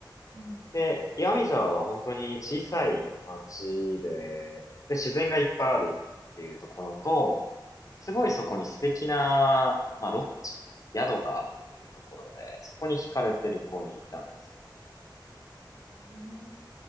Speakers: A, on the right; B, on the left.
A: うん。
B: で、岩見沢は本当に小さい街で、で、自然がいっぱいあるっていうところと、すごいそこに素敵な、まあ、ロッジ、宿があるっていうところで、そこに惹かれて旅行に行ったんですけれど、
A: えー、